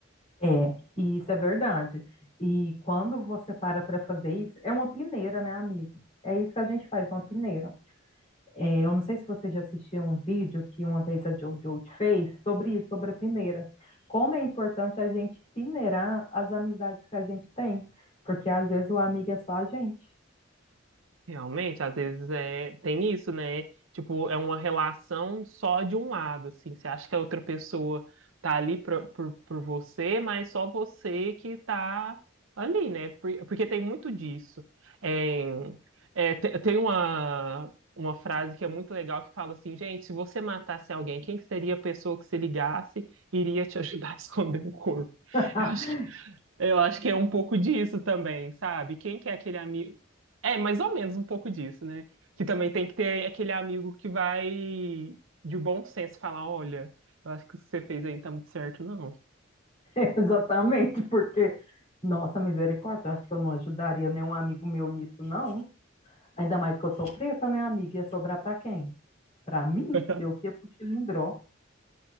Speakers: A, on the left; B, on the right.
A: É, e isso é verdade. E quando você para para fazer isso, é uma peneira, né, amigo? É isso que a gente faz, uma peneira. É, eu não sei se você já assistiu um vídeo que uma vez a JoJo fez sobre isso, sobre a peneira. Como é importante a gente peneirar as amizades que a gente tem, porque às vezes o amigo é só a gente.
B: Realmente, às vezes é, tem isso, né? Tipo, é uma relação só de um lado, assim. Você acha que a outra pessoa tá ali por, por, por você, mas só você que tá ali, né? Por- Porque tem muito disso. É, é, te- tem uma, uma frase que é muito legal que fala assim, gente, se você matasse alguém, quem que seria a pessoa que se ligasse e iria te <laughs> ajudar a esconder o corpo?
A: <laughs>
B: Eu acho eu acho que é um pouco disso também, sabe? Quem que é aquele amigo? É, mais ou menos um pouco disso, né? Que também tem que ter aquele amigo que vai de bom senso falar, olha, eu acho que isso que você fez aí não tá muito certo, não.
A: Exatamente, porque, nossa misericórdia, eu acho que eu não ajudaria nenhum amigo meu nisso, não. Ainda mais que eu sou preta, né, amiga? Ia sobrar para quem? para mim,
B: <laughs>
A: eu que ia pro Chilindró.